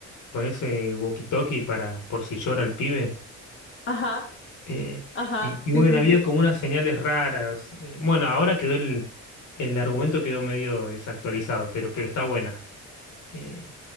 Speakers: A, on the left; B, on the left.
A: con ese walkie-talkie para, por si llora el pibe.
B: Ajá,
A: Eh,
B: ajá,
A: y, y bueno,
B: sí, sí,
A: había
B: sí.
A: como unas señales raras. Eh, bueno, ahora quedó el, el argumento quedó medio desactualizado, pero, pero está buena. Eh,